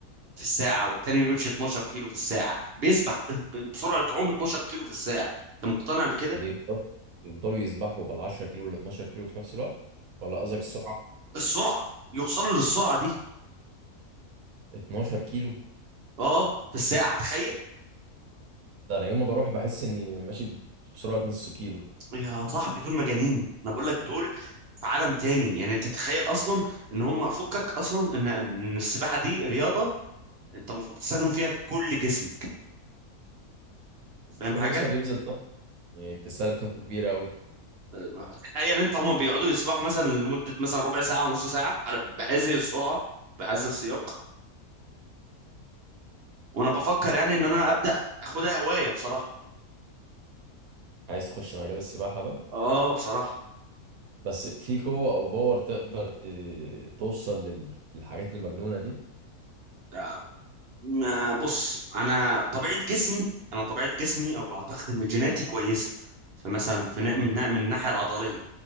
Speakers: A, on the right (about 55°); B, on the right (about 75°).
A: في الساعه والتاني بيمشي 12 كيلو في الساعه بيسبح ب- ب- بسرعه عوم 12 كيلو في الساعه انت مقتنع بكده
B: بيفضلوا يفضلوا يسبحوا بال 10 كيلو وال 12 كيلو في نفس الوقت ولا قصدك السرعه
A: السرعه يوصلوا للسرعه دي
B: 12 كيلو
A: اه في الساعه تخيل
B: ده انا يوم ما بروح بحس اني ماشي بسرعه نص كيلو
A: يا صاحبي دول مجانين انا بقول لك دول في عالم تاني يعني انت تخيل اصلا ان هم فكك اصلا ان ان السباحه دي رياضه انت المفروض تستخدم فيها كل جسمك فاهم
B: كل
A: حاجه
B: جسمك بيبذل طاقه يعني بتستهلك طاقه كبيره قوي
A: أه، تخيل انت هم بيقعدوا يسبحوا مثلا لمده مثلا ربع ساعه نص ساعه على بهذه السرعه بهذا السياق وانا بفكر يعني ان انا ابدا اخدها هوايه بصراحه
B: عايز تخش مجال السباحه ده
A: اه بصراحه
B: بس في قوه او باور تقدر ت... توصل لل... للحاجات المجنونه دي
A: أه، ما- بص انا طبيعه جسمي انا طبيعه جسمي او اعتقد ان جيناتي كويسه فمثلا في نا-
B: امم
A: من نا- من الناحيه العضليه